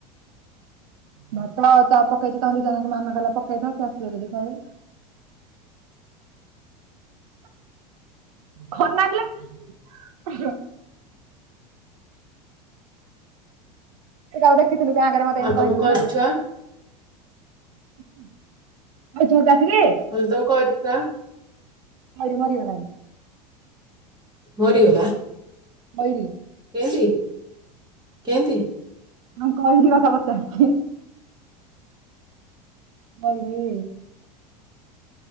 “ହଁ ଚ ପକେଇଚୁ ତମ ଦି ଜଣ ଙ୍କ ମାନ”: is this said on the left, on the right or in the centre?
Right